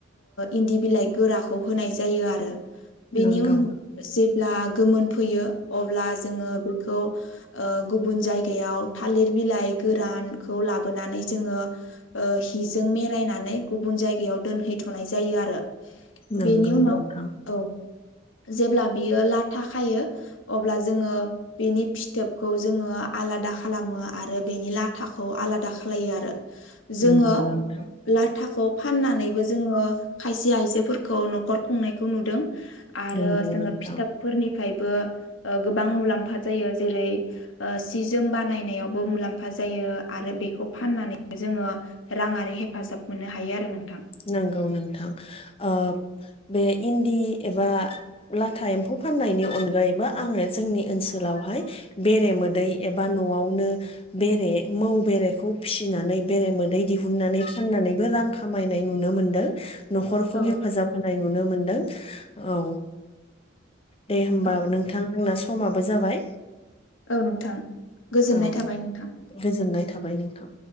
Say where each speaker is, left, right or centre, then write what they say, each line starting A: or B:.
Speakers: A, on the left; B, on the left.
A: इन्दि बिलाइ गोराखौ होनाय जायो आरो बेनि
B: नंगौ
A: उनाव जेब्ला गोमोनफैयो अब्ला जोङो बेखौ ओ गुबुन जायगायाव थालिर बिलाइ गोरानखौ लाबोनानै जोङो हिजों मेरायनानै गुबुन जायगायाव दोनहै थनाय थारो आरो।
B: नंगौ
A: बेनि उनाव
B: नोंथां
A: औ जेब्ला बियो लाथा खायो अब्ला जोङो बिनि फिथोबखौ जोङो आलादा खालामो आरो बेनि लाथाखौ आलादा खालायो आरो। जोङो
B: नंगौ नोंथां
A: लाथाखौ फाननानैबो जोङो खायसे आइजोफोरखौ न'खर खुंनायखौ नुदों आरो
B: नंगौ
A: जोङो
B: नोंथां
A: फिथोबफोरनिफ्राय गोबां मुलाम्फा जायो जेरै ओ सि जोम बानायनायावबो मुलामफा जायो आरो बेखौ फाननानै जोङो राङारि हेफाजाब मोननो हायो आरो नों
B: नंगौ नोंथां ओ बे इन्दि एबा लाथा एम्फौ फाननायनि अनगायैबो आङो जोंनि ओनसोलावहाय बेरेमोदै एबा न'आवनो बेरे मौ बेरेखौ फिसिनानै बेरे मोदै दिहुुननानै फाननानैबो रां खामायनाय नुनो मोनदों न'खरखौ
A: औ
B: हेफाजाब होनाय नुनो मोनदों औ दे होमबा
A: औ
B: नोंथां। जोंना समाबो जाबाय।
A: औ नोंथां गोजोननाय
B: औ
A: थाबाय नोंथां।
B: गोजोननाय थाबाय नोंथां।